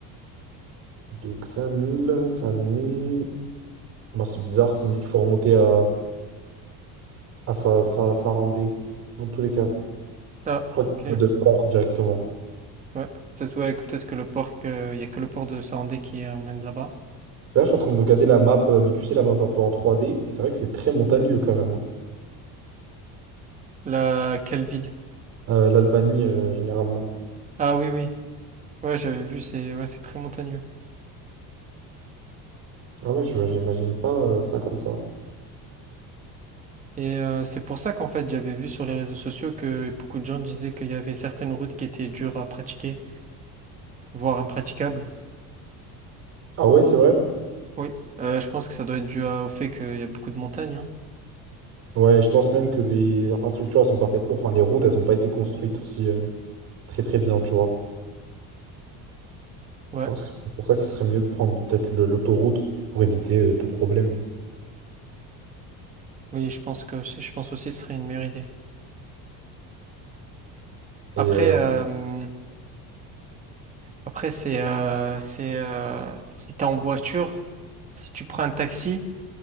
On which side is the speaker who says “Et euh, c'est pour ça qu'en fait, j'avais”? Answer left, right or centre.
Right